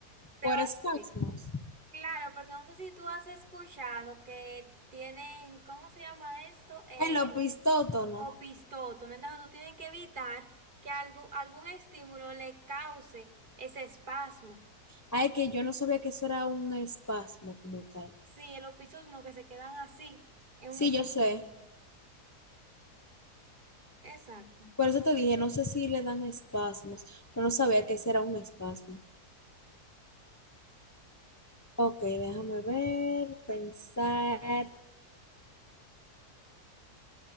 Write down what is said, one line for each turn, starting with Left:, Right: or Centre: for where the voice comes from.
Right: te
Left: Por
Right: va a
Left: espasmos.
Right: decir. Claro, porque no sé si tú has escuchado que tienen, ¿cómo se llama esto? Eh,
Left: El opistótono.
Right: opistoto. ¿no? Entonces, tú tienes que evitar que algo, algún estímulo le cause ese espasmo.
Left: Ay, que yo no sabía que eso era un espasmo como tal.
Right: Sí, los opistos no, que se quedan así, en
Left: Sí,
Right: un espasmo.
Left: yo sé.
Right: Exacto.
Left: Por eso te dije, no sé si le dan espasmos, pero no sabía que ese era un espasmo. Ok, déjame ver, pensar.